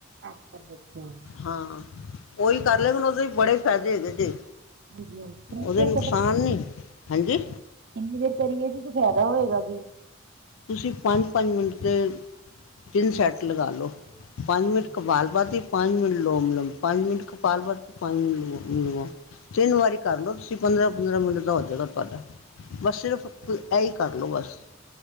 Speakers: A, on the right (about 55°); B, on the left (about 70°).
A: ਅੱਛਾ- ਅੱਛਾ।
B: ਹਾਂ ਉਹੀ ਕਰ ਲਿਆ ਕਰੋ ਉਹਦੇ ਹੀ ਬੜੇ ਫਾਇਦੇ ਹੈਗੇ ਜੇ।
A: ਹਾਂਜੀ ਹਾਂਜੀ ਕਿੰਨੀ
B: ਉਹਦੇ
A: ਦੇਰ
B: ਨੁਕਸਾਨ ਨੀ, ਹਾਂਜੀ?
A: ਇੰਨੀ ਦੇਰ ਕਰੀਏ ਤੇ ਫਾਇਦਾ ਹੋਏਗਾ ਜੀ।
B: ਤੁਸੀਂ ਪੰਜ -ਪੰਜ ਮਿੰਟ ਦੇ ਤਿੰਨ ਸੈੱਟ ਲਗਾ ਲਓ। ਪੰਜ
A: ਅੱਛਾ
B: ਮਿੰਟ
A: ਜੀ
B: ਕਪਾਲ
A: ਅੱਛਾ।
B: ਬਾਤੀ ਪੰਜ ਮਿੰਟ ਲੋਮ ਵਿਲੇਮ ਪੰਜ ਮਿੰਟ ਕਪਾਲ ਬਾਤੀ ਪੰਜ ਮਿੰਟ ਲੋਮ ਵਿਲੋਮ। ਤਿੰਨ ਵਾਰੀ ਕਰ ਲਓ ਤੁਸੀਂ ਪੰਦਰਾਂ- ਪੰਦਰਾਂ ਮਿੰਟ ਦਾ ਹੋ ਜਾਏਗਾ ਤੁਹਾਡਾ, ਬਸ ਸਿਰਫ ਇ ਹੀ ਕਰ ਲਓ ਬਸ।